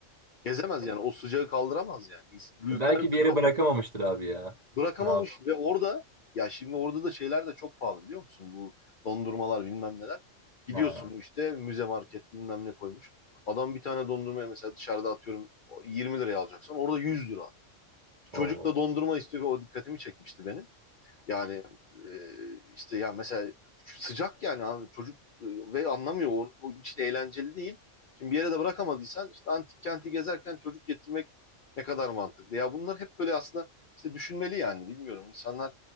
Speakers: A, on the left; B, on the right.
A: Gezemez yani o sıcağı kaldıramaz yani. İns- Büyükler
B: E, belki
A: bile
B: bir yere
A: kaldıramaz.
B: bırakamamıştır abi ya.
A: Bırakamamış
B: Ne yap?
A: ve orada ya şimdi orada da şeyler de çok pahalı biliyor musun? Bu dondurmalar bilmem neler. Gidiyorsun
B: Ha,
A: işte müze market bilmem ne koymuş. Adam bir tane dondurmaya mesela dışarıda atıyorum 20 liraya alacaksan orada 100 lira. Çocuk
B: o.
A: da dondurma istiyor ve o dikkatimi çekmişti benim. Yani e, işte ya mesela sıcak yani abi çocuk e, ve anlamıyor. O, onun için eğlenceli değil. Şimdi bir yere de bırakamadıysan işte antik kenti gezerken çocuk getirmek ne kadar mantıklı. Ya bunlar hep böyle aslında işte düşünmeli yani bilmiyorum. insanlar